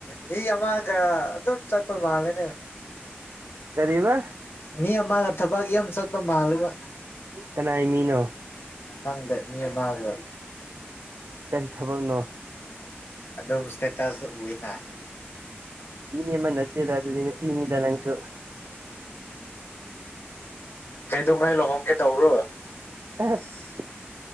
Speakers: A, on the left; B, on the right.
A: ꯃꯤ ꯑꯋꯥꯒ ꯑꯗꯨꯝ ꯆ ꯂꯅꯦ
B: ꯀꯔꯤꯕ
A: ꯃꯤ ꯃꯥꯒ ꯊꯕꯛ ꯌꯥꯝ ꯆꯠꯄ ꯃꯥꯜꯂꯕ
B: ꯀꯅꯥꯏ ꯃꯤꯅꯣ
A: ꯆꯪꯗꯦ ꯃꯤ ꯃꯥꯔꯒ
B: ꯀꯔꯤ ꯊꯕꯛꯅꯣ
A: ꯑꯗꯨꯝ ꯁ꯭ꯇꯦꯇꯁ ꯎꯏꯅ
B: ꯃꯤꯅꯤꯃꯟ ꯅꯠꯇꯦ ꯇ ꯑꯗꯨꯗꯤꯅ ꯄꯤꯅꯤꯗ ꯂꯪꯁꯨ
A: ꯀꯩꯗꯧꯉꯥꯏ ꯂꯨꯍꯣꯡꯒꯦ ꯇꯧꯕ꯭ꯔꯣ
B: ꯑꯁ